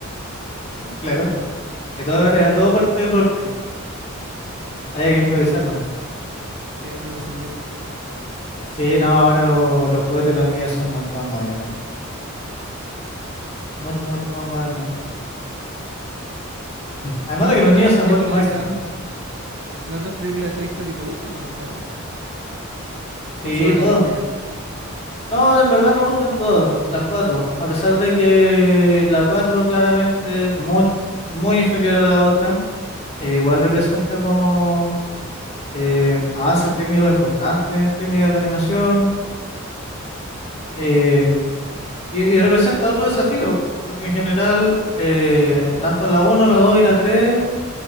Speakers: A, on the left (about 30°); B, on the right (about 60°).
A: Claro. que todo Era era todo parte del roleplay. Había que improvisar nomás.
B: que eran los soldaditos.
A: Sí, no, ahora lo- los juguetes de los niños son mucho más modernos. Mucho, mucho más modernos. Además
B: Oye,
A: de
B: ¿y
A: que
B: ¿la
A: los
B: otra
A: niños se
B: película,
A: han vuelto más exigentes.
B: la otra película de Toy Story, ¿te gustan o no?
A: Sí,
B: ¿O solo
A: todo.
B: la primera?
A: No, en verdad me gustan todas, las cuatro, a pesar de que la cuatro claramente es muy, muy inferior a la otra, eh, igual representa como eh, avances técnicos importantes en técnicas de animación eh, y, y representa otro desafío, porque en general eh, tanto la uno, la dos y la tres